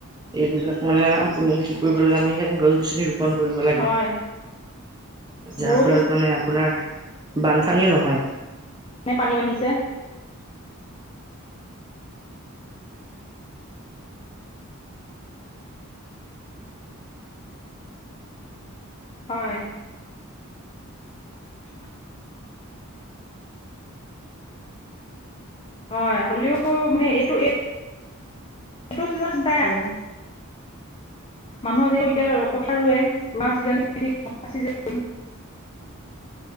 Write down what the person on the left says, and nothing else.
হয়
বৰষুণো
এনে পানী বাঢ়িছে। হয় উ হয় হ'লেও মানে এইটো এই, সেইটো চি চিন্তাই আৰু মানুহৰ যিহেতু এতিয়া কথা ৰুৱে মা জনি জন